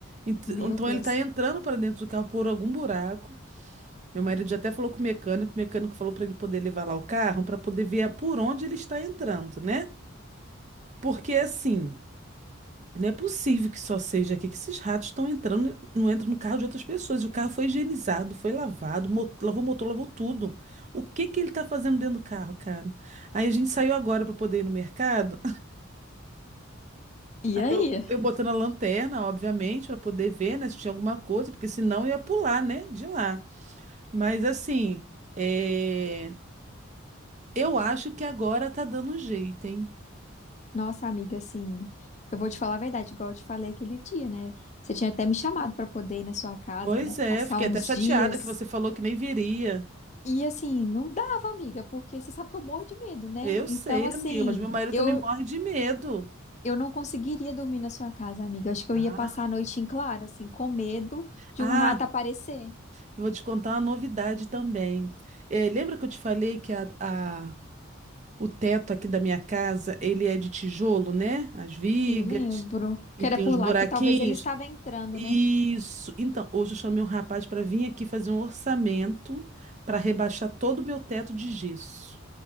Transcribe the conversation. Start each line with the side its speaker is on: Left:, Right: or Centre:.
Right: Ent-
Left: Meu
Right: Então
Left: Deus.
Right: ele tá entrando para dentro do carro por algum buraco. Meu marido já até falou com o mecânico, o mecânico falou para ele poder levar lá o carro para poder ver por onde ele está entrando, né? Porque assim, não é possível que só seja aqui que esses ratos estão entrando, não entram no carro de outras pessoas. E O carro foi higienizado, foi lavado, mo- lavou o motor, lavou tudo. O que que ele está fazendo dentro do carro, cara? Aí a gente saiu agora para poder ir no mercado.
Left: E aí?
Right: <laughs> Eu botando a lanterna, obviamente, para poder ver, né, se tinha alguma coisa, porque senão eu ia pular, né, de lá. Mas assim, é... Eu acho que agora tá dando jeito, hein?
Left: Nossa, amiga, assim, eu vou te falar a verdade, igual eu te falei aquele dia, né? Você tinha até me chamado pra poder ir na sua casa,
Right: Pois
Left: né?
Right: é,
Left: Passar
Right: fiquei
Left: uns
Right: até chateada
Left: dias.
Right: que você falou que nem viria.
Left: E assim, não dava, amiga, porque você sabe que eu morro de medo, né?
Right: Eu
Left: Então,
Right: sei,
Left: assim,
Right: amiga, mas meu marido
Left: eu,
Right: também morre de medo.
Left: Eu não conseguiria dormir na sua casa, amiga. Acho que
Right: Ah,
Left: eu ia passar a noite em claro, assim, com medo de
Right: ah,
Left: um rato aparecer.
Right: eu vou te contar uma novidade também. Eh, lembra que eu te falei que a, a- o teto aqui da minha casa, ele é de tijolo, né? As vigas
Left: Eu lembro
Right: e
Left: que era
Right: tem
Left: por
Right: os buraquinhos.
Left: lá que talvez ele estava entrando,
Right: Isso.
Left: né?
Right: Então, hoje eu chamei um rapaz para vir aqui fazer um orçamento para rebaixar todo o meu teto de gesso.